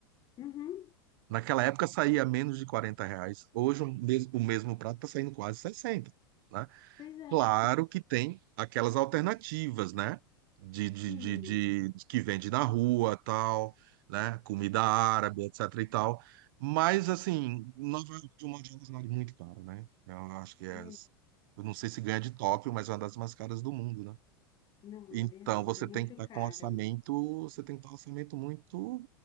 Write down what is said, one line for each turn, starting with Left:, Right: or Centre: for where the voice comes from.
Left: Uhum,
Right: Naquela época saía menos de 40 reais. Hoje o mes- o mesmo prato está saindo quase 60, né?
Left: pois é,
Right: Claro que tem aquelas alternativas, né? De, de,
Left: sim.
Right: de, de- de que vende na rua, tal, né? Comida árabe, etc e tal. Mas, assim, Nova York, de um modo geral, é muito caro, né? Eu acho que é...
Left: É,
Right: Eu não sei se ganha de Tóquio, mas é uma das mais caras do mundo, né?
Left: não,
Right: Então,
Left: é verdade,
Right: você
Left: é muito
Right: tem que estar
Left: caro.
Right: com orçamento, você tem que estar com orçamento muito,